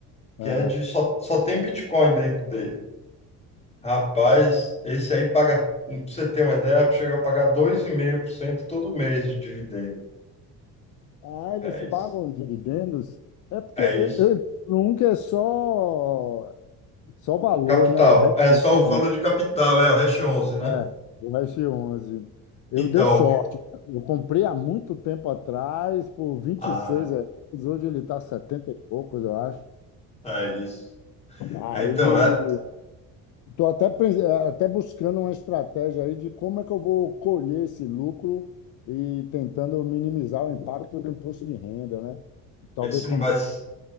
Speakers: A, on the left (about 55°); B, on the left (about 15°).
A: É.
B: que é de só, só tem Bitcoin dentro dele. Rapaz, esse aí paga, pra você ter uma ideia, chega a pagar dois vírgula cinco por cento todo mês de dividendo.
A: Ah, eles
B: É isso.
A: pagam dividendos? É porque
B: É
A: eu,
B: isso.
A: eu, nunca é só, só valor,
B: Capital.
A: né? O Hash
B: É só
A: 11,
B: o valor de capital, é o hash 11, né?
A: é, o Hash 11. Eu
B: Então,
A: dei sorte. Eu comprei há muito tempo atrás por 26
B: ah,
A: reais. Hoje ele está 70 e poucos, eu acho.
B: é isso.
A: Aí
B: É, Então, é,
A: estou até, pens- até buscando uma estratégia aí de como é que eu vou colher esse lucro e tentando minimizar o impacto do imposto de renda, né? Talvez
B: esse não
A: com-
B: vai. s-